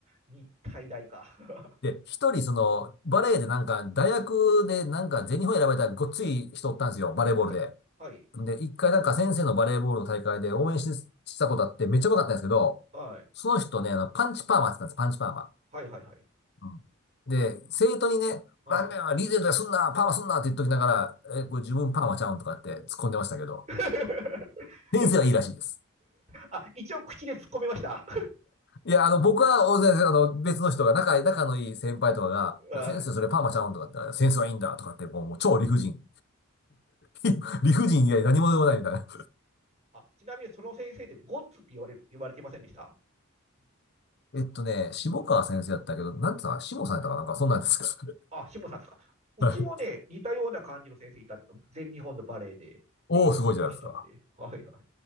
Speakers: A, on the right; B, on the left.
A: 日体大か。<laughs>
B: で、一人、その、
A: うん
B: バレーでなんか、大学でなんか、全日本選ばれたごっつい人おったんですよ、バレーボールで。
A: はい、はい、
B: で、一回なんか先生のバレーボールの大会で応援し、したことあって、めっちゃ良かったんですけど、
A: はい、
B: その人ね、あの、パンチパーマって言ったんです、パンチパーマ。
A: はい、はい、はい。
B: うんで、生徒にね、
A: うん。
B: ラーメンはリーゼントやすんな、パーマすんなって言っときながら、え、これ自分パーマちゃうんとかって突っ込んでましたけど、
A: <laughs>
B: 先生はいいらしいです。
A: でも、くあ、一応口で突っ込みました。
B: いや、あの、僕は、大先生、あの、別の人が、仲、仲のいい先輩とかが、
A: <laughs> はい
B: いや、先生、それパーマちゃうんとかって言ったら、センスはいいんだとかって、もう、もう超理不尽。<laughs> 理不尽以外何もでもないみたいな。
A: あ、ちなみにその先生ってゴッツって言われ、言われてませんでした
B: えっとね、下川先生だったけど、なんてさ、下さんやったかなんか、そんなんです。<laughs>
A: あ、下さんですか。うちもね、
B: はい
A: 似たような感じの先生いた、全日本のバレエでっていう人いましたんで、
B: おお、すごいじゃないですか。
A: はいはい。